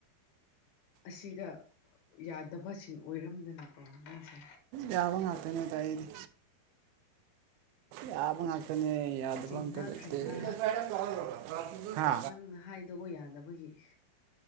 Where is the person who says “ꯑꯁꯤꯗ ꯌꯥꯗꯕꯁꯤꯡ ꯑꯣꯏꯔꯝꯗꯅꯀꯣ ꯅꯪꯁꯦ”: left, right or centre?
Left